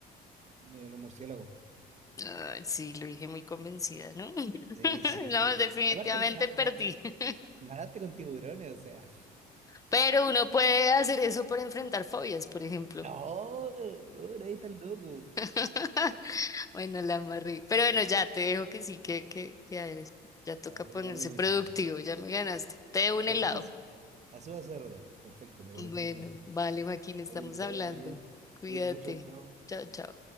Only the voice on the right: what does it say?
De los murciélagos.
Sí, sí,
sí.
Aparte, na-
na-
nadaste con tiburones, o sea. <laughs>
No, no, nadie tan loco.
Ya, ya
te gané, Luisa.
Ya.
Asumas.
Asumas, cerda. Perfecto, me parece
muy bien.
Oye, que
te vaya muy bien.
Cuídate mucho, chao.